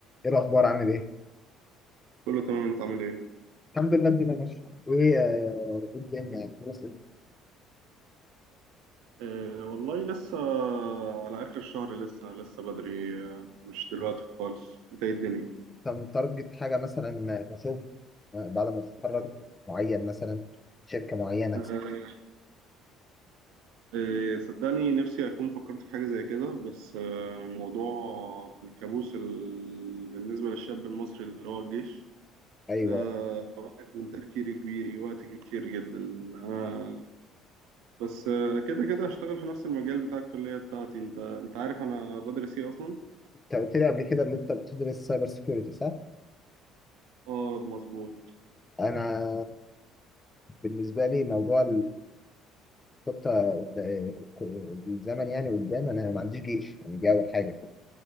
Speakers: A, on the left; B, on the right.
A: ايه الاخبار عامل ايه
B: كله تمام انت عامل ايه؟
A: الحمد لله الدنيا ماشيه ايه آه، إيه الدنيا يعني خلاص إنت
B: أه والله لسه على آخر الشهر لسه لسه بدري آه، مش دلوقتي خالص بداية الدنيا
A: متارجت حاجه مثلا آه، كشغل آه، بعد ما تتخرج معين مثلا شركه معينه
B: أه آه، صدقني نفسي أكون فكرت في حاجة زي كده بس أه موضوع الكابوس ال... بالنسبة للشاب المصري اللي هو الجيش
A: ايوه
B: ده واخد من تفكيري كبير وقت كتير جدا أنا بس آه، كده كده هشتغل في نفس المجال بتاع الكلية بتاعتي أنت أنت عارف أنا بدرس إيه أصلا؟
A: انت قلت لي قبل كده اللي انت بتدرس سايبر سيكيورتي صح
B: اه مظبوط
A: انا بالنسبه لي موضوع الخطه قد- الزمن يعني قدام انا ما عنديش جيش يعني دي اول حاجه